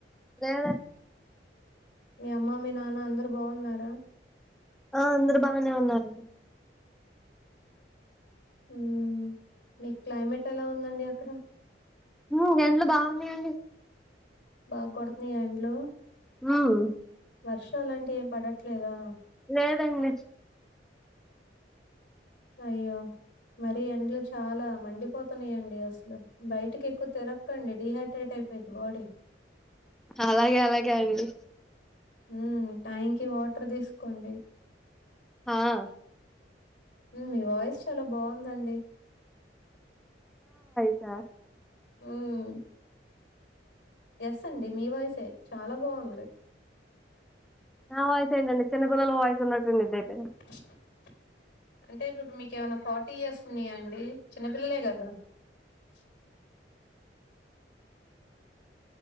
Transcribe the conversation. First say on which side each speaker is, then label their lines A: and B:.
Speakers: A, in the centre; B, on the left (about 75°).
A: లేదన్
B: మీ అమ్మ మీ నాన్న అందరు బాగున్నారా
A: ఆ అందరు బాగనే ఉన్నారు
B: ఉం మీ క్లైమేట్ ఎలా ఉందండి అక్కడ
A: ఉం ఎండ్లు బాగున్నాయండి
B: బాగ కొడుతున్నాయా ఎండ్లు
A: ఉం
B: వర్షాలంటవి ఏం పడట్లేదా
A: లేదండి
B: అయ్యో మరి ఎండ్లు చాలా మండిపోతున్నాయండి అసలు బయటకి ఎక్కువ తిరక్కండి. డిహైడ్రేట్ అయిపోయిద్ది బాడీ.
A: అలాగే అలాగే అండి
B: ఉం టైం కి వాటర్ తీసుకోండి
A: హ
B: ఉం మీ వాయిస్ చాలా బాగుందండి
A: చ్చ
B: ఊమ్ ఎస్ అండి మీ వాయిసే చాలా బాగుంది.
A: నా వాయిస్ ఏంటండి చిన్నపిల్లల వాయిస్ ఉన్నటుండిది అయితే
B: బ్లాంక్ అంటే ఇప్పు డిప్పుడు మీకేమన్నా ఫార్టీ ఇయర్స్ ఉన్నాయా అండి చిన్నపిల్లలే కదా బ్లాంక్